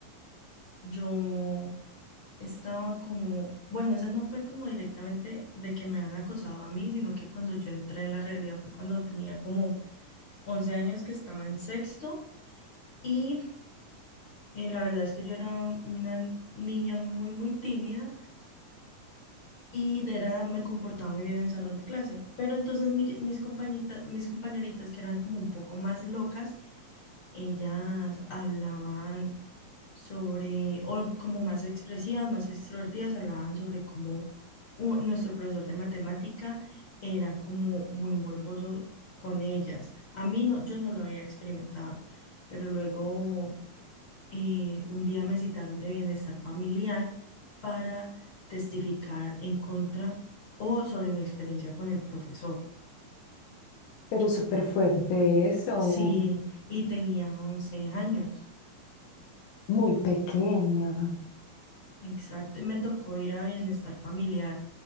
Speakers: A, on the left; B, on the left.
A: yo estaba como, bueno, esa no fue como directamente de que me han acosado a mí, sino que cuando yo entré en la realidad fue cuando tenía como Once años que estaba en sexto y eh, la verdad es que yo era un- una niña muy, muy tímida y de era, me comportaba muy bien en el salón de clase, pero entonces mi- mis compañitas, mis compañeritas que eran como un poco más locas, ellas hablaban sobre, o como más expresivas, más extrovertidas, hablaban sobre cómo u- nuestro profesor de matemática era como muy morboso con ellas. A mí no, yo no lo había experimentado, pero luego eh, un día me citaron de bienestar familiar para testificar en contra o sobre mi experiencia con el profesor.
B: Pero súper fuerte eso,
A: Sí, y tenía once años,
B: muy pequeña.
A: exacto, y me tocó ir a bienestar familiar